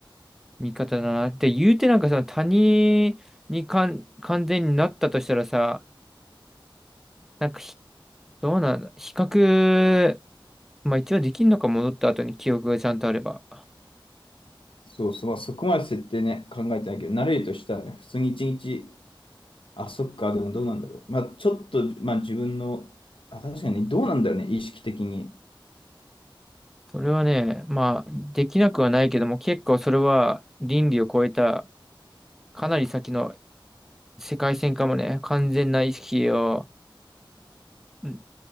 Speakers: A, in the centre; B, on the left.
A: 見方だな。って言うてなんかさ、他人にかん完全になったとしたらさ、なんかひ、どうなんだ。比較、まあ一応できるのか戻った後に記憶がちゃんとあれば。
B: そうそう、まあ、そこまで設定ね、考えてないけど、慣れるとしたらね、普通に一日、あ、そっか、でもどうなんだろう。まあ、ちょっと、まあ自分の、あ、確かにどうなんだろうね、意識的に。
A: それはね、まあできなくはないけども、結構それは倫理を超えた、かなり先の世界線かもね、完全な意識を、ん